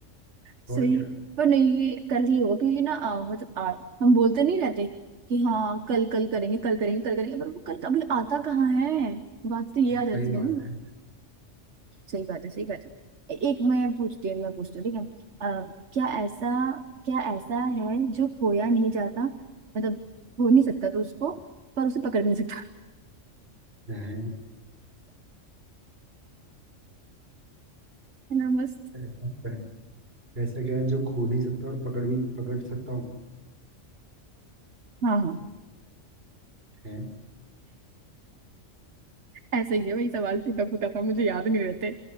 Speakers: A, on the right; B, on the right.
A: सही
B: और क्या
A: पर नहीं ये कल ही होगा क्योंकि ना आ, मतलब आ, हम बोलते नहीं रहते कि हाँ कल कल करेंगे कल करेंगे कल करेंगे पर वो कल कभी आता कहाँ है बात तो ये याद रहती
B: सही बात
A: है ना
B: है
A: सही बात है सही बात है ए- एक मैं पूछती हूँ मैं पूछती हूँ ठीक है आ, क्या ऐसा क्या ऐसा है जो खोया नहीं जाता मतलब खो नहीं सकता तो उसको पर उसे पकड़ नहीं सकता
B: है
A: <laughs> है ना मस्त
B: ऐसा क्या है ऐसा क्या है जो खो नहीं सकता और पकड़ भी पकड़ सकता हूँ
A: हाँ हाँ
B: है
A: ऐसा ही है वही सवाल टूटा फूटा था मुझे याद नहीं रहते